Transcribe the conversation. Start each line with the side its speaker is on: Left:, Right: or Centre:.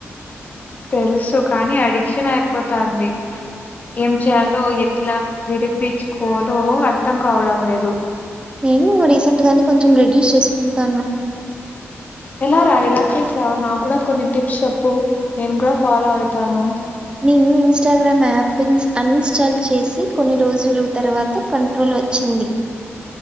Left: తెలుసు కానీ అడిక్షన్ అయిపోతంది ఏం చయలో ఎప్ ఇట్లా విడిపించుకోలో అర్థం కావడం లేదు
Right: నేను రీసెంట్ గానే కొంచెం రెడ్యూస్ చేసుకుంటానా
Left: ఎలా రా ఎలా చేసావు నా కూడా కొన్ని టిప్స్ చెప్పు నేను కూడా ఫాలో అయితాను
Right: నేను ఇన్స్టాగ్రామ్ యాప్ అన్ఇన్స్టాల్ చేసి కొన్ని రోజులు తర్వాత కంట్రోల్ వచ్చింది